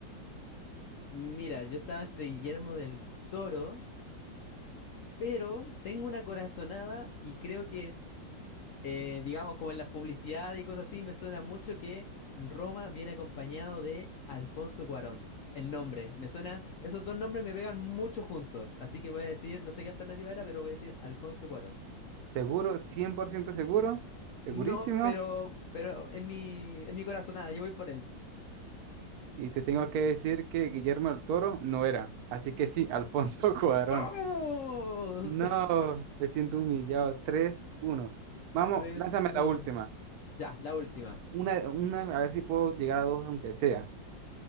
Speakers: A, on the left (about 70°); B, on the right (about 65°).
A: Mira, yo estaba entre Guillermo del Toro, pero tengo una corazonada y creo que eh, digamos, como en las publicidades y cosas así, me suena mucho que Roma viene acompañado de Alfonso Cuarón. El nombre, me suena, esos dos nombres me pegan mucho juntos, así que voy a decir, no sé qué alternativa era, pero voy a decir Alfonso Cuarón.
B: Seguro, 100% seguro, segurísimo.
A: No, pero, pero en mi, en mi corazonada, yo voy por él.
B: Y te tengo que decir que Guillermo del Toro no era. Así que sí, Alfonso <laughs> Cuarón.
A: ¡Vamos!
B: No, me siento humillado. tres uno
A: <laughs>
B: Vamos,
A: Tres,
B: lánzame
A: uno.
B: la última.
A: Ya, la última.
B: Una, una, a ver si puedo llegar a dos, aunque sea.